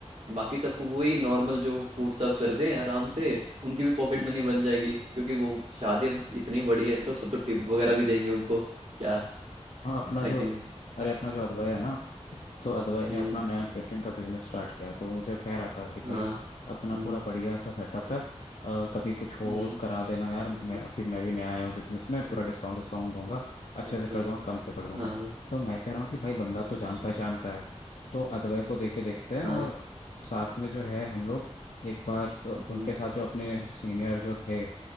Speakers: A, on the right (about 60°); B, on the left (about 80°).
A: बाकी सबको वही नॉर्मल जो फूड सर्व कर दें आराम से उनकी भी पॉकेट मनी बन जाएगी क्योंकि वो शादी अब इतनी बड़ी है तो सब तो टिप वगैरह भी देंगे उनको क्या
B: हाँ अपना
A: है
B: जो
A: कि नहीं
B: अरे अपना जो अदवाया है ना तो अदवाई ने
A: हम्म।
B: अपना नया केटरिंग का बिजनेस स्टार्ट किया तो वो मुझे कह रहा था कि
A: हाँ
B: भाई अपना
A: हम्म
B: पूरा बढ़िया सा सेटअप है अ, कभी कुछ हो
A: हम्म
B: तो करा देना यार मैं
A: हम्म,
B: अभी मैं भी नया आया हूँ बिजनेस में पूरा
A: हम्म,
B: डिस्काउंट डिस्काउंट दूंगा अच्छे
A: अच्छा
B: से कर दूंगा कम पे कर दूंगा
A: हाँ हाँ
B: तो मैं कह रहा हूँ कि भाई बंदा तो
A: अच्छा,
B: जान पहचान का है तो अदवाई को देके देखते हैं
A: हाँ
B: और साथ में जो है हम लोग एक बार तो
A: हम्म,
B: उनके साथ जो अपने सीनियर जो थे